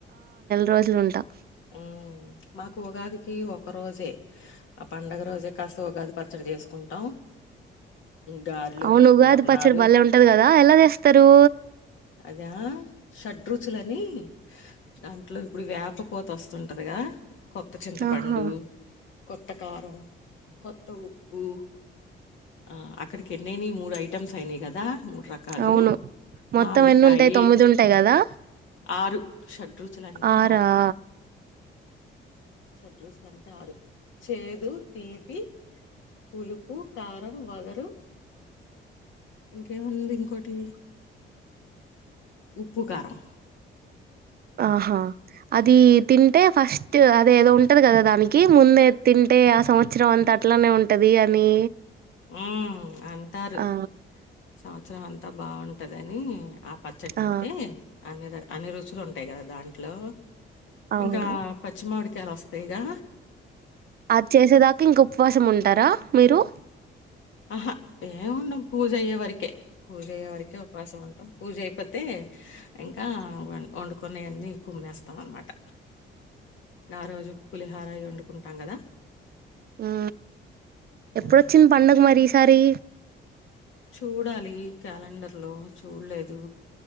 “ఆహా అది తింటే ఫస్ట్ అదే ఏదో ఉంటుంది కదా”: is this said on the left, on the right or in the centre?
Right